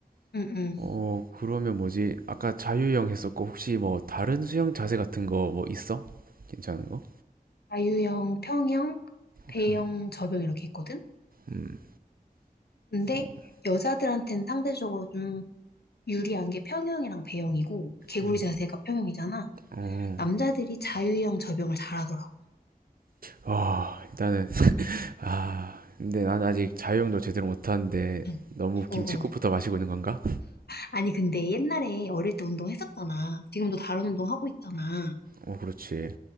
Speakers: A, on the left; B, on the right.
A: 응, 응.
B: 어, 그러면 뭐지? 아까 자유형 했었고, 혹시 뭐, 다른 수영 자세 같은 거 뭐 있어? 괜찮은 거?
A: 자유형, 평형, 배영,
B: 편.
A: 접영 이렇게 있거든?
B: 음.
A: 근데
B: 어.
A: 여자들한테는 상대적으로 좀 유리한 게 평형이랑 배영이고, 개구리
B: 음.
A: 자세가 평형이잖아.
B: 어.
A: 남자들이 자유형 접영을 잘하더라고.
B: 아, 일단은 아, 근데 난 아직 자유형도 제대로 못 하는데
A: 응.
B: 너무 김칫국부터
A: 응, 응.
B: 마시고 있는 건가?
A: 아니, 근데 옛날에 어릴 때 운동했었잖아. 지금도 다른 운동 하고 있잖아.
B: 어, 그렇지.